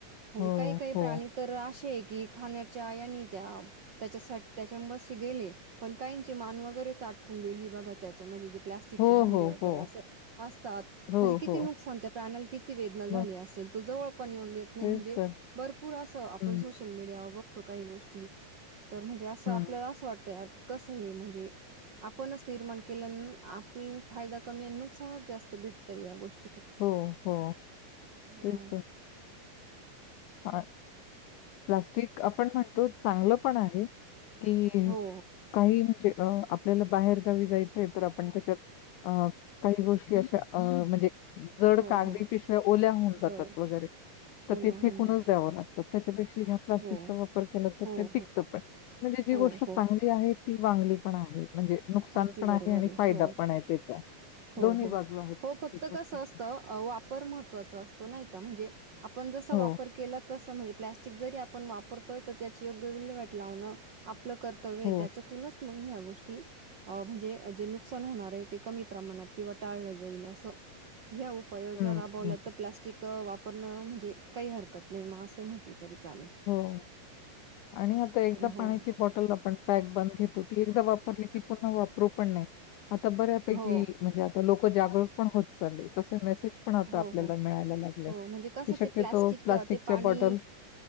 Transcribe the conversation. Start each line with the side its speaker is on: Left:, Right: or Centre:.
Right: म्हणजे
Left: हो,
Right: काही काही प्राणी
Left: हो.
Right: तर असे आहेत. कि खाण्याच्या आणि त्या त्याच्या सट्ट्याच्या बस गेले पण काहीची मान वगैरेच आटकून गेल. बघा त्याच्यामध्ये जे प्लस्टिकचे
Left: हो,
Right: भांडे
Left: हो,
Right: वगैरे
Left: हो.
Right: अस असतात
Left: हो,
Right: म्हणजे किती
Left: हो.
Right: नुकसान त्या प्राण्याला किती वेदना झाली
Left: हो.
Right: असेल तो जवळ पण येऊन देत नाही
Left: तेच
Right: म्हणजे
Left: तर.
Right: भरपूर असं आपण
Left: हं,
Right: सोशल मीडिया बग तो काही गोष्टी तर म्हणजे असं
Left: हं.
Right: आपल्याला असं वाटतय. कस आहे म्हणजे आपणच निर्माण केल्यान आपल्या फायदा कमी आणि नुकसानच जास्त भेटत या गोष्टी
Left: हो हो तेच
Right: हो
Left: तर. हा प्लास्ट ठीक आपण म्हणतो चांगलं पण आहे. कि
Right: हो हो
Left: काही म्हणजे अ आपल्याला बाहेरगावी जायचंय तर आपण त्याच्यात अ काही गोष्टी अशा अ म्हणजे जड
Right: हो
Left: कागदी
Right: हो
Left: पिशव्या ओल्या होऊन
Right: दळ
Left: जातात
Right: जाते
Left: वगैरे तर
Right: ओल्या
Left: ती
Right: होऊन
Left: फेकूनच
Right: जातात
Left: द्यावं
Right: वगैरे
Left: लागतात त्याच्यापेक्षा ह्या प्लास्टिकचा
Right: हो
Left: वापर केला ते
Right: हो
Left: टिकतं
Right: हो
Left: पण म्हणजे जी
Right: हो
Left: गोष्ट
Right: हो
Left: चांगली आहे. ती वांगली पण आहे. म्हणजे नुकसान
Right: अगदी
Left: पण
Right: बरोबर
Left: आणि
Right: आहे
Left: फायदा
Right: हो
Left: पण आहे त्याचा.
Right: हो
Left: दोन्ही
Right: हो
Left: बाजू आहेत
Right: हो
Left: प्रत्येक
Right: फक्त
Left: गोष्टीची.
Right: कसं असतं वापर महत्वाचा असतो नाही. का म्हणजे आपण जस
Left: हो,
Right: वापर केला तसं म्हणजे प्लॅस्टिक जरी आपण वापरतोय तर त्याची योग्य विल्हेवाट लावणं आपलं कर्तव्य आहे
Left: हो.
Right: त्याच्यातूनच मग ह्या गोष्टी अ म्हणजे जे नुकसान होणार आहे ते कमी प्रमाणात किंवा टाळलं जाईल असं ह्या उपाययोजना
Left: हं,
Right: राबवल्या
Left: हं.
Right: तर प्लॅस्टिक क-वापरणं म्हणजे, काही हरकत नाही, मं असंही म्हटलं तरी चालेल
Left: हो, आणि आता एकदा
Right: हो
Left: पाण्याची बॉटल आपण पॅक बंद घेतो ती एकदा वाप वापरली की, पुन्हा वापरू पण नाही. आता बऱ्यापैकी,
Right: हो
Left: म्हणजे आता लोक जागरूक पण होत चाललेत, तसं मेसेज पण आता
Right: हो
Left: आपल्याला
Right: हो
Left: मिळायला लागलंय,
Right: हो म्हणजे कसं
Left: की शक्यतो
Right: ते प्लॅस्टिक
Left: प्लॅस्टिकच्या
Right: ते पाणी
Left: बॉटल